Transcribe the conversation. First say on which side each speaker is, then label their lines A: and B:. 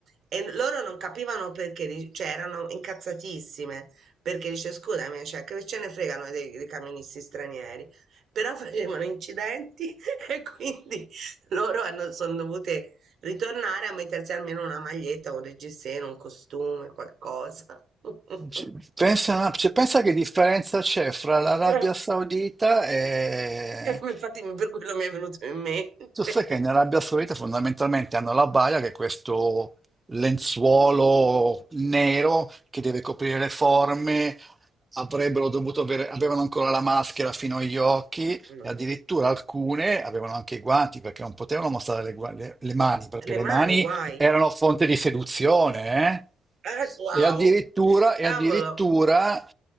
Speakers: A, on the right; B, on the right.
A: e n- loro non capivano perché, di- cioè erano incazzatissime perché dice scusami, cioè, che ce ne fregano dei dei camionisti stranieri? però facevano incidenti <laughs> e quindi loro hanno, sono dovute ritornare a mettersi almeno una maglietta, un reggiseno, un costume, qualcosa. <laughs>
B: c- pensa, cioè, pensa che differenza c'è fra l'Arabia
A: Eh,
B: Saudita e,
A: eh, Infatti mi- per quello mi è venuto in mente.
B: Tu
A: <laughs>
B: sai che in Arabia Saudita fondamentalmente hanno la baia, che è questo lenzuolo nero che deve coprire le forme, avrebbero dovuto avere, avevano ancora la maschera fino agli occhi e
A: Ma-
B: addirittura alcune avevano anche i guanti perché non potevano mostrare le, gua- le- le mani, perché
A: Le
B: le mani
A: mani, guai.
B: erano fonte di seduzione,
A: Eh,
B: eh?
A: wow,
B: E addirittura, e
A: cavolo.
B: addirittura